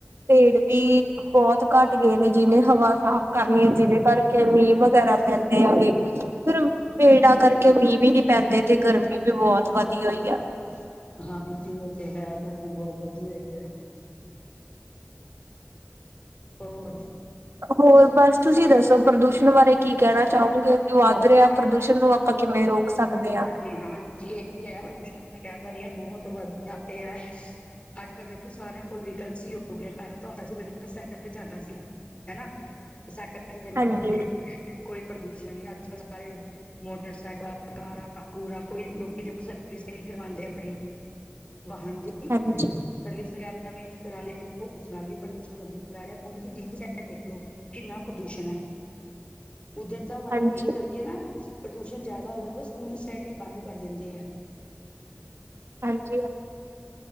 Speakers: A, on the right; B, on the left.
A: ਪੇੜ ਵੀ ਬਹੁਤ। ਘੱਟ ਗਏ ਨੇ ਜਿਹਨੇ ਹਵਾ ਸਾਫ਼ ਕਰਨੀ ਹੈ ਜਿਹਦੇ ਘਰ। ਕੇ ਮੀਂਹ ਵਗੈਰਾ ਪੈਂਦੇ ਹੈਗੇ ਫਿਰ ਪੇੜਾ ਕਰਕੇ ਮੀਂਹ ਵੀ ਨੀ ਪੈਂਦੇ ਤੇ ਗਰਮੀ। ਗਰਮੀ ਬਹੁਤ ਵਧੀਆ ਹੋਈ ਆ।
B: ਹਾਂਜੀ ਉਹ ਤੇ ਹੈ ਗਰਮੀ ਬਹੁਤ ਵੱਧੀ ਹੋਈ ਹੈ। ਹੋਰ।
A: ਹੋਰ ਬਸ, ਤੁਸੀਂ ਦੱਸੋ ਪ੍ਰਦੂਸ਼ਣ ਬਾਰੇ ਕੀ ਕਹਿਣਾ ਚਾਹੋਗੇ ਜੋ ਵੱਧ ਰਿਹਾ ਪ੍ਰਦੂਸ਼ਣ ਨੂੰ ਆਪਾਂ ਕਿਵੇਂ ਰੋਕ। ਸਕਦੇ ਆ।
B: ਜੀ ਹਾਂਜੀ ਇਹੀ ਹੈ ਕੁਛ ਮੈਂ ਕਹਿ ਰਹੀ ਬਹੁਤ ਵੱਧਦਾ ਪਿਆ। ਅੱਜ ਕੱਲ੍ਹ ਦੇਖੋ ਸਾਰਿਆਂ ਕੋਲ ਵੀਕਲ ਸੀ ਹੋ ਗਿਆ ਪਹਿਲਾਂ ਤਾਂ ਆਉਂਦਾ ਸੀ ਪਹਿਲਾਂ ਸਾਈਕਲ ਤੇ ਜਾਂਦਾ ਸੀ। ਹੈ ਨਾ ਤੇ ਸਾਈਕਲ। ਅਸੀਂ ਦੇਖੋ
A: ਹਾਂਜੀ
B: ਨਾ ਕੋਈ ਕੋਈ ਪ੍ਰਦੂਸ਼ਣ ਨਹੀਂ ਅੱਜ ਕੱਲ ਸਾਰੇ ਮੋਟਰਸਾਈਕਲ। ਕਾਰਾ- ਕੁਰਾ ਕੋਈ ਲੋਕੀ ਜੋ ਸਰਵਿਸ ਨਹੀਂ ਕਰਵਾਉਂਦੇ ਆਪਣੀ। ਵਾਹਨ ਦੀ
A: ਹਾਂਜੀ
B: ਜੀ। ਸਰਵਿਸ ਵਗੈਰਾ ਵੀ ਨਹੀਂ ਕਰਾਦੇ, ਦੇਖੋ ਉਸ ਨਾਲ ਵੀ ਪ੍ਰਦੂਸ਼ਣ ਵਦੀ ਜਾ ਰਿਹਾ। ਹੁਣ ਤੁਸੀਂ ਦਿੱਲੀ ਦੇਖ ਲੋ। ਕਿੰਨਾ ਪ੍ਰਦੂਸ਼ਣ ਹੈ। ਉੱਧਰ ਤਾਂ ਮਤਲਬ
A: ਹਾਂਜੀ
B: ਕਿ ਇਸ ਕਰਕੇ ਨਾ ਪ੍ਰਦੂਸ਼ਣ ਜ਼ਿਆਦਾ। ਹੋ ਜਾਂਦਾ, ਸਕੂਲ ਸਾਈਡ ਵੀ ਬੰਦ ਕਰ ਦਿੰਦੇ ਆ।
A: ਹਾਂਜੀ।